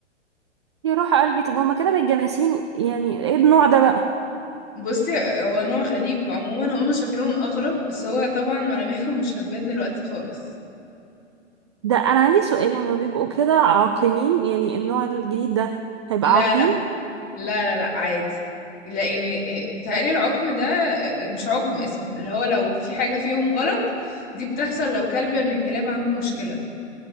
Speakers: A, on the right (about 25°); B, on the left (about 25°).
A: يا روح قلبي طب هما كده متجانسين يعني ايه النوع ده بقى
B: بصي هو نوع غريب عموما هم شكلهم اغرب بس هو طبعا ملامحهم مش هتبان دلوقتي خالص
A: ده انا عندي سؤال هما بيبقوا كده عاقمين يعني النوع الجديد ده هيبقى
B: لا
A: عقيم
B: لا لا لا لا عادي لا يعني بتهيألي العقم ده آه، مش عقم اسمه اللي هو لو في حاجة فيهم غلط دي بتحصل لو كلب من الكلاب عنده مشكلة